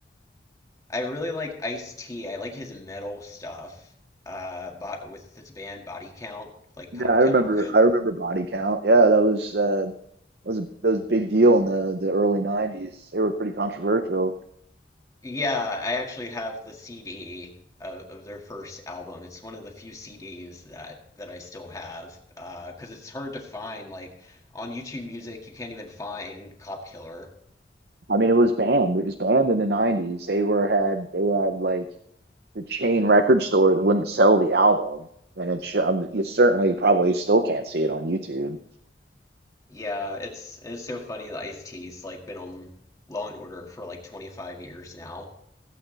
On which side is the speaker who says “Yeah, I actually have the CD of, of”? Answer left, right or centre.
Left